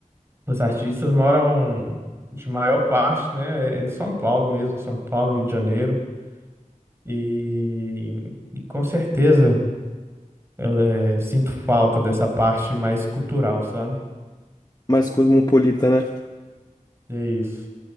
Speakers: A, on the right; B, on the left.
A: Os artistas moram, de maior parte, né, é em São Paulo mesmo, São Paulo, Rio de Janeiro. E, e com certeza eu eh, sinto falta dessa parte mais cultural, sabe?
B: mais cosmopolita, né?
A: É isso.